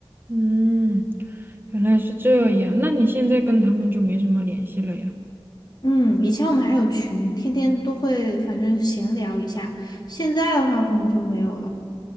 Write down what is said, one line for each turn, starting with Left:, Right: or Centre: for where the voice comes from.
Right: 嗯，原来是这样。那你现在跟他们就没什么联系了呀？
Left: 嗯，以前我们还有群，天天都会反正闲聊一下，现在的话可能就没有了。